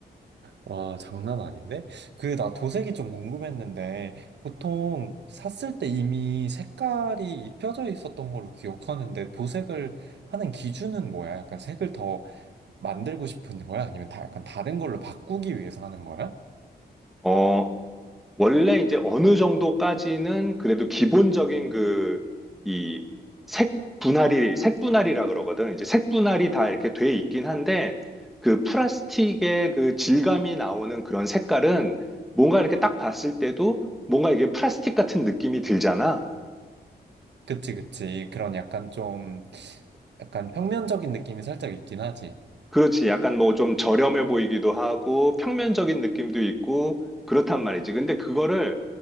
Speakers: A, on the right; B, in the centre.
A: 와, 장난 아닌데? 그, 나 도색이 좀 궁금했는데, 보통 샀을 때 이미 색깔이 입혀져 있었던 걸로 기억하는데, 도색을 하는 기준은 뭐야? 약간 색을 더 만들고 싶은 거야? 아니면 다, 약간 다른 걸로 바꾸기 위해서 하는 거야?
B: 어, 원래 이제 어느 정도까지는 그래도 기본적인 그, 이 색 분할이, 색 분할이라 그러거든. 이제 색 분할이 다 이렇게 돼 있긴 한데, 그 플라스틱의 그 질감이 나오는 그런 색깔은 뭔가 이렇게 딱 봤을 때도 뭔가 이게 플라스틱 같은 느낌이 들잖아.
A: 그치, 그치. 그런 약간 좀, 약간 평면적인 느낌이 살짝 있긴 하지.
B: 그렇지. 약간 뭐 좀 저렴해 보이기도 하고, 평면적인 느낌도 있고, 그렇단 말이지. 근데 그거를